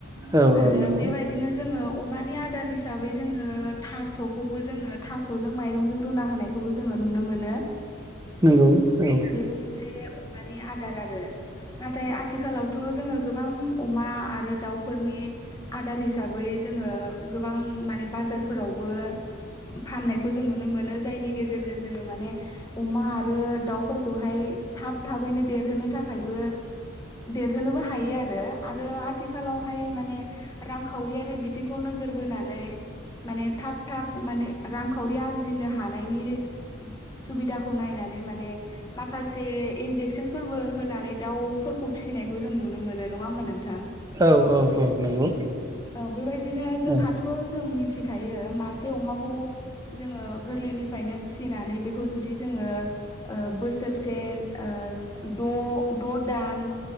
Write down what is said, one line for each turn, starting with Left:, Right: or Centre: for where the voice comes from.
Right: औ
Left: आरो
Right: औ नंगौ
Left: बेबायदिनो जोङो अमानि आदार हिसाबै जोङो थास'खौबो जोङो थास'जों माइरंजों रुना होनायखौबो जोङो नुनो मोनो।
Right: नंगौ औ
Left: बेबो मोनसे अमानि आदार आरो नाथाय आथिखालावथ' जोङो गोबां अमा आरो दाउफोरनि आदार हिसाबै जोङो गोबां माने बाजारफोरावबो फाननायखौ जों नुनो मोनो जायनि गेजेरजों जोङो माने अमा आरो दाउफोरखौहाय थाब थाबैनो देरहोनो थाखायबो देरहोनोबो हायो आरो आरो आथिखालावहाय माने रांखावरियारि बिथिंखौ नोजोर बोनानै माने थाब थाब माने रांखावरि आरजिनो हानायनि सुबिदाखौ नायनानै होनाय माने माखासे इनजेकसन फोरबो होनानै दाउफोरखौ फिसिनायखौ जों नुनो मोनो। नङा ओमबा नोंथां।
Right: औ औ औ नंगौ।
Left: औ बेबायदिनो जोंहाथ'
Right: औ
Left: जों मिथिखायो मासे अमाखौ जोङो गोरलैनिफ्रायनो फिसिनानै बेखौ जुदि जों ङो ओ बोसोरसे ओ द' द' दान